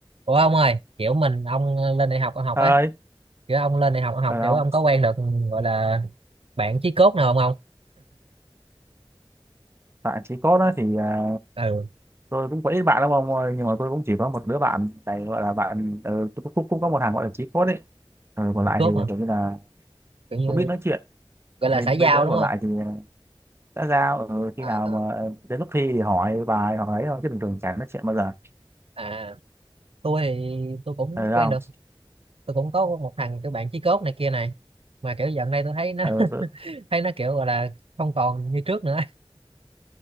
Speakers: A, on the right; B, on the right.
A: Ủa ông ơi, kiểu mình ông lên đại học ông học
B: Ơi,
A: ấy, kiểu ông lên đại học ông học
B: phải
A: kiểu
B: không?
A: ông có quen được gọi là bạn chí cốt nào không ông?
B: Bạn chỉ cốt đó thì à,
A: Ừ,
B: tôi cũng có ít bạn lắm ông ơi, nhưng mà tôi cũng chỉ có một đứa bạn này gọi là bạn ờ, tôi cũng, cũng cũng có một thằng gọi là chí cốt ấy. Ờ, còn
A: chí
B: lại
A: cốt
B: thì
A: mà,
B: à, kiểu như là
A: kiểu như
B: cũng biết nói chuyện.
A: gọi là
B: Mấy
A: xã
B: mấy
A: giao
B: đứa
A: đúng
B: còn
A: không?
B: lại thì à, đã giao ờ, khi
A: À,
B: nào
A: à,
B: mà ờ, đến lúc thi thì hỏi bài hoặc ấy thôi chứ bình thường chẳng nói chuyện bao giờ.
A: à, tôi thì tôi cũng
B: Ờ
A: quen
B: không?
A: được, tôi cũng có một thằng kiểu bạn chí cốt này kia này, mà kiểu dạo này tôi thấy nó
B: Ờ, tôi,
A: <laughs> thấy nó kiểu gọi là không còn như trước nữa.